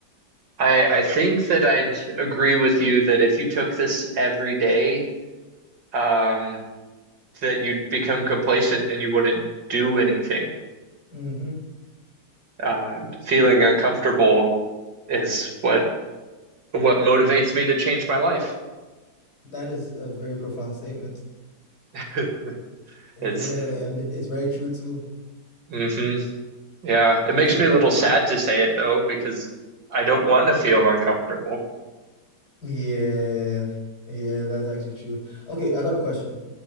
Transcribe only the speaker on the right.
I I think that I'd agree with you that if you took this every day, um, that you'd become complacent and you wouldn't do anything.
uh, feeling uncomfortable is what what motivates me to change my life.
<laughs>
It's
hmm yeah, it
makes me a little sad to say it though because I don't want to feel uncomfortable.